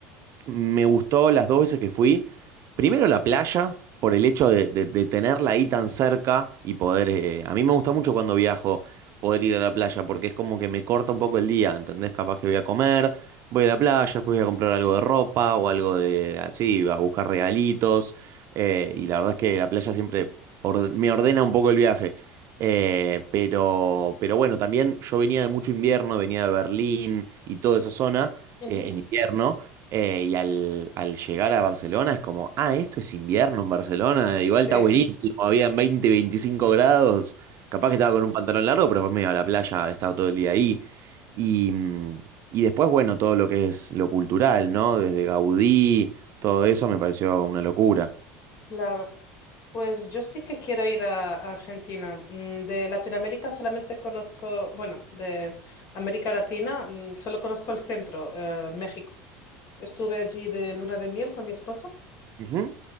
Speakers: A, on the right (about 40°); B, on the left (about 45°).
A: Me gustó las dos veces que fui. Primero la playa, por el hecho de, de- de tenerla ahí tan cerca y poder... eh, a mí me gusta mucho cuando viajo poder ir a la playa, porque es como que me corta un poco el día, ¿entendés? Capaz que voy a comer, voy a la playa, después voy a comprar algo de ropa o algo de... así, a buscar regalitos. eh, y la verdad es que la playa siempre orde- me ordena un poco el viaje. Eh, pero, pero bueno, también yo venía de mucho invierno, venía de Berlín y toda esa zona
B: Ujú.
A: eh, en invierno. Eh, y al, al llegar a Barcelona es como, ah, esto es invierno en Barcelona, igual está
B: Sí,
A: buenísimo,
B: <laughs>
A: habían 20, 25 grados, capaz
B: sí.
A: que estaba con un pantalón largo, pero después me iba a la playa a estar todo el día ahí. Y, mm, y después, bueno, todo lo que es lo cultural, ¿no? Desde Gaudí, todo eso me pareció una locura.
B: Claro. Pues yo sí que quiero ir a, a Argentina. Mm, De Latinoamérica solamente conozco, bueno, de América Latina mm, solo conozco el centro, eh, México. Estuve allí de luna de miel con mi esposo.
A: Ujú.